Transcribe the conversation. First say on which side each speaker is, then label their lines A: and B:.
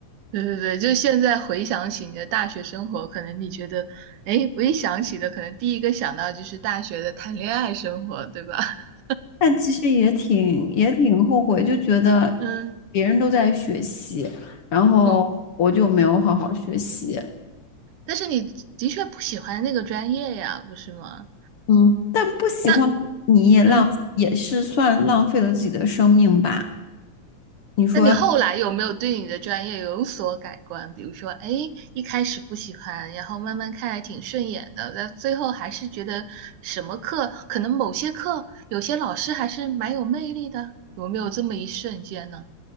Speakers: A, on the right; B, on the left.
A: 对对对，就现在回想起你的大学生活，可能你觉得，哎，我一想起的，可能第一个想到就是大学的谈恋爱生活，对吧？<laughs>
B: 但其实也挺也挺后悔，就觉得
A: 嗯
B: 别人都在学习，然后我就没有好好学习。
A: 嗯，但是你的确不喜欢那个专业呀，不是吗？
B: 嗯，但不喜欢你也浪也是算浪费了自己的生命吧？
A: 那嗯。
B: 你说？
A: 那你后来有没有对你的专业有所改观？比如说，哎，一开始不喜欢，然后慢慢看还挺顺眼的，那最后还是觉得什么课，可能某些课，有些老师还是蛮有魅力的，有没有这么一瞬间呢？